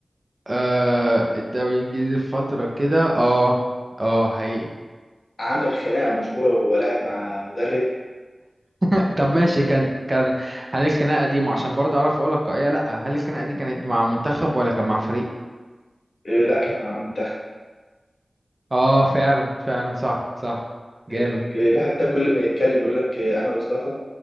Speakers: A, on the right (about 35°); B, on the left (about 65°).
A: آه الدوري الانجليزي في فتره كده اه اه حقيقي
B: عمل خناقه مشهوره وهو لاعب مع مدرب
A: <laughs> طب ماشي كان كان هل الخناقه دي ما- عشان برضه اعرف اقول لك ايه لا هل الخناقه دي كانت مع منتخب ولا كان مع فريق
B: آه، لا كان مع منتخب
A: اه فعلا فعلا صح صح جامد
B: آه، آه، اللاعب ده كل ما يتكلم يقول لك آه، انا وزلاتان